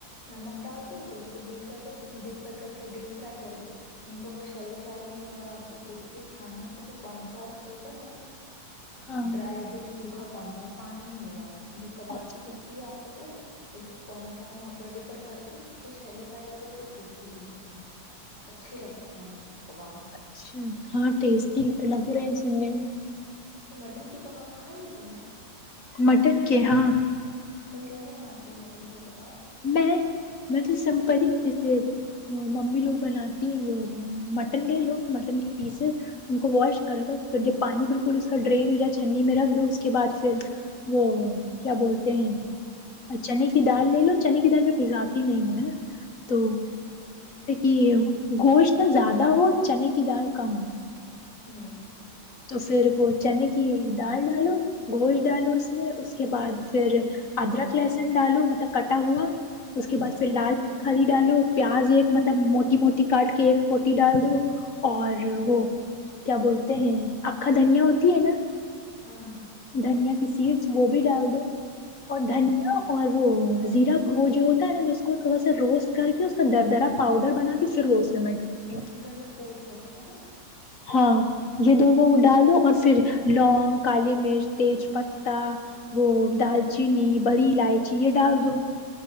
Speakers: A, on the left; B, on the left.
A: نمک ڈال دو پھر اس کو بیٹ کر دو پھر اس میں ڈپ کر کر کے ڈیپ فرائی کر دو نہیں تو اگر سیلو فرائی میں بھی اگر آپ کو کرسپی کھانا ہے تو جو کارن فلاور ہوتا ہے نا
B: ہاں
A: ڈرائی ایک دم سوکھا کارن فلاور پانی نہیں ملا ہو جو کباب
B: ہاں اچھا
A: کی ٹکی ہے آپ کے پاس اس کو کارن فلاور میں اپر ڈپر کر کے پھر سیلو فرائی کرو تو کرسپی بنتے ہیں اچھے لگتے ہیں اس کے کباب
B: اچھا ہاں ٹیسٹی لگ رہے ہیں سننے میں
A: تو مٹن کے کباب کھائی ہے تو میں
B: مٹن کے ہاں
A: تم کیسے بناتی مٹن کے کپار
B: میں میں تو سمپنی جسے ممی لوگ بناتی ہے وہ مٹن لے لو مٹن کے پیس ان کو واش کر لو پھر جب پانی بالکل اس کا ڈرین ہو جائے چھنی میں رکھ دو اس کے بعد پھر وہ کیا بولتے ہیں چنے کی دال لے لو چنی کی در میں پزاتی نہیں ہوں ہے نا تو
A: اچھا
B: کہ گوشت نہ زیادہ ہو چنے کی دال کم ہو
A: ہوں
B: تو پھر وہ چنے کی دال ڈالو گوشت ڈالو اس میں اس کے بعد پھر ادرک لہسن ڈالو مطلب کٹا ہوا اس کے بعد
A: ہوں
B: پھر لال پیٹ کھ ڈالو پیاز ایک مطلب موٹی موٹی کاٹ کے ایک پوٹی ڈال دوں اور
A: ہوں
B: وہ کیا بولتے ہیں اکھا دھنیا ہوتی ہے نا
A: ہاں
B: دھنیا کسی وہ بھی ڈال دو اور
A: ہوں
B: دھنیہ اور وہ زیرہ وہ جو ہوتا ہے نا اس کو تھوڑا سا روسٹ کر کے اس کا در درا پاؤڈر بنا کے پھر وہ اس میں
A: ہ
B: میں ڈالتی ہوں
A: کلڑ میں کو اٹھ سکتا ہے
B: ہاں یہ دونوں وہ ڈال دو اور پھر لونگ کالی مرچ تیج پتہ وہ دال چینی بڑی الائچی یہ ڈال دو